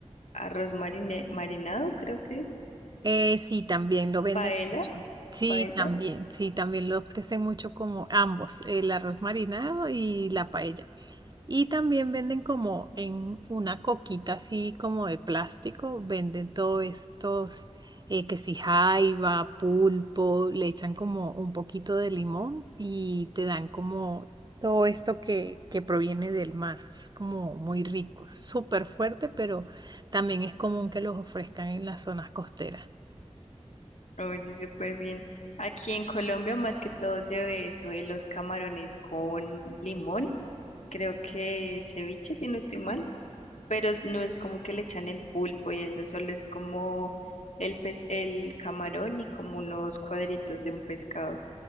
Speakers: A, on the left; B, on the right.
A: arroz marine- marinado, creo que. es.
B: Eh, sí, también lo venden
A: paella
B: mucho. Sí,
A: paella.
B: también, sí, también lo ofrecen mucho como ambos, el arroz marinado y la paella. Y también venden como en una coquita así como de plástico, venden todos estos, eh, que si jaiba, pulpo, le echan como un poquito de limón y te dan como todo esto que, que proviene del mar. Es como muy rico, súper fuerte, pero también es común que los ofrezcan en las zonas costeras.
A: Oye, súper bien. Aquí en Colombia más que todo se ve eso de los camarones con limón. Creo que ceviche, si no estoy mal, pero es- no es como que le echan el pulpo y eso, solo es como el pez, el camarón y como unos cuadritos de un pescado.